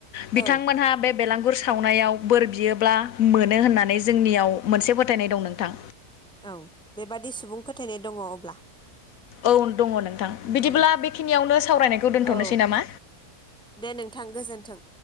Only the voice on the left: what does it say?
बिथांमोनहा
बे। बेलांगुर सावनायाव बोर बियोब्ला मोनो होननानै जोंनियाव मोनसे फोथायनाय दं नोंथां।
औ दङ नोंथां बिदिब्ला
बेखिनियावनो सावरायनायखौ दोनथनोसै
नामा।